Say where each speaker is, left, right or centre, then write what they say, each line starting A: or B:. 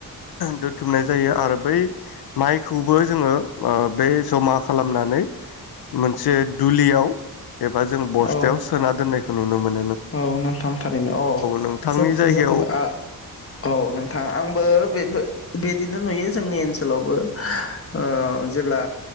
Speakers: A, on the left; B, on the left.
A: दोनथुमनाय जायो । आरो बै माइखौबो जोंङो ओ बै जमा खालामनानै मोनसे दुलियाव एबा जों बस्थायाव
B: औ
A: सोना दोननाय खौ नुनो मोन
B: औ नोंथां थारैनो औ
A: नोंथांनि
B: जों
A: जायगायाव
B: जोंबो आ औ नोंथां आंबो बेफोर बिदिनो नुयो जोंनि ओनसोलावबो ओ जेब्ला